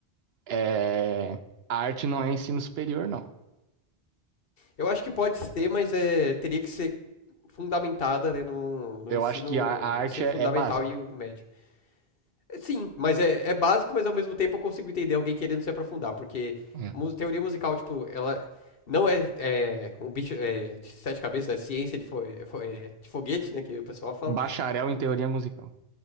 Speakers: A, on the right (about 70°); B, on the left (about 60°).
A: é, a arte não é ensino superior, não.
B: Eu acho que pode ser, mas é, teria que ser fundamentada, né, no, no
A: Eu
B: ensino,
A: acho que a, a arte
B: ensino
A: é
B: fundamental
A: é básico.
B: e o médio. É, Sim, mas é, é básico, mas ao mesmo tempo eu consigo entender alguém querendo se aprofundar, porque
A: É.
B: mu- teoria musical, tipo, ela não é, é, um bicho é, de sete cabeças, é ciência de, fo- é, fo- é, de foguete, né, que o pessoal fala.
A: Bacharel em teoria musical.